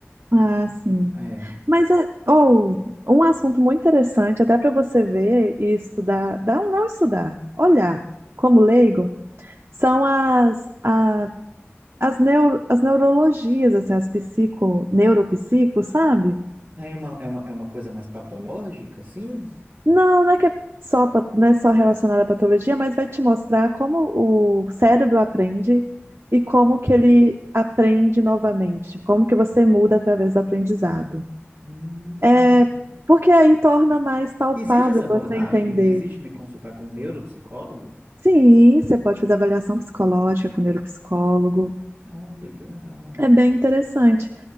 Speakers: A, on the right; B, on the right.
A: Ah, sim.
B: é.
A: Mas é ou um assunto muito interessante, até para você ver e estudar, dá ou não estudar, olhar como leigo, são as, a- as, neuro, as neurologias, assim, as psico, neuropsico, sabe?
B: Aí é uma, é uma, é uma coisa mais patológica, assim?
A: Não, não é que é só, pa- não é só relacionada à patologia, mas vai te mostrar como o cérebro aprende e como que ele aprende novamente, como que você muda através do aprendizado.
B: Hum.
A: É, Porque aí torna mais palpável
B: Existe essa abordagem?
A: você entender.
B: Existe me consultar com um neuropsicólogo?
A: Sim, você pode fazer avaliação psicológica com neuropsicólogo.
B: Olha, que legal.
A: É bem interessante.